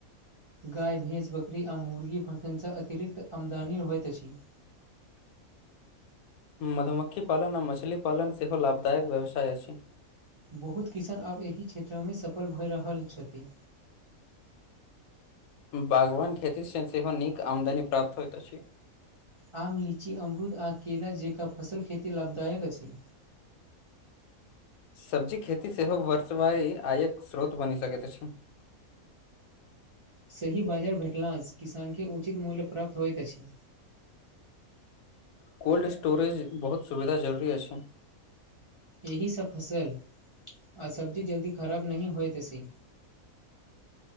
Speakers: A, on the right; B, on the left.
A: गाय भैंस बकरी आ मुर्गी फंक्शनसँ अतिरिक्त आमदनी होइत अछि।
B: मधुमक्खी पालन आ मछली पालन सेहो लाभदायक व्यवसाय अछि।
A: बहुत किसान आब एहि क्षेत्रमे सफल भय रहल छथि।
B: बागवान खेती से सेहो नीक आमदनी प्राप्त होइत अछि।
A: आम लीची अमरूद आ केेला जेकर फसल खेती लाभदायक अछि।
B: सब्जी खेती सेहो वर्षवाय आयक स्रोत बनि सकैत अछि
A: सही बाजार भेटलास किसान के उचित मूल्य प्राप्त होइत अछि
B: कोल्ड स्टोरेज बहुत सुविधा जरूरी अछि
A: एही सब फसल आ सब्जी जल्दी खराब नहि होइत अछि